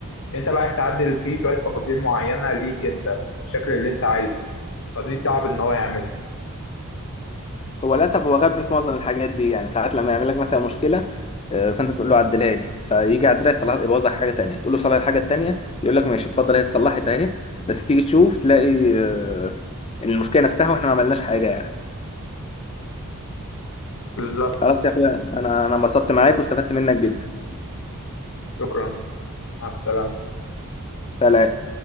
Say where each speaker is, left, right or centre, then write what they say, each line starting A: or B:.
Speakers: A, on the left; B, on the left.
A: انت بقى عايز تعدل فيه شويه تفاصيل معينه ليك انت الشكل اللي انت عايزه فدي صعب ان هو يعملها
B: هو للاسف هو غبي في معظم الحاجات دي يعني ساعات لما يعمل لك مثلا مشكله آه، فانت تقول له عدلها لي فيجي يعدلها يصلح يبوظ لك حاجه تانية تقول له صلح الحاجه التانية يقول لك ماشي اتفضل هي اتصلحت اهي بس تيجي تشوف تلاقي آه، المشكله نفسها واحنا ما عملناش حاجه يعني
A: بالظبط
B: خلاص يا اخويا انا انا انبسطت معاك واستفدت منك جدا
A: شكرا مع السلامه
B: سلام